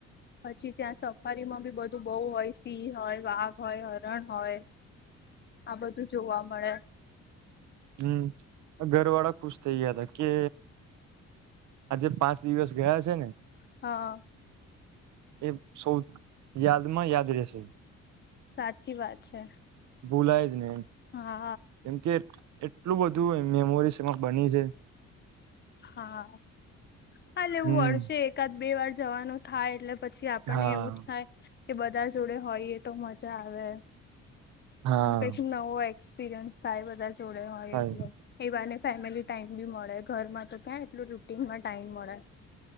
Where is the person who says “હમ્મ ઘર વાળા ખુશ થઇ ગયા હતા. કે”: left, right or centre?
Right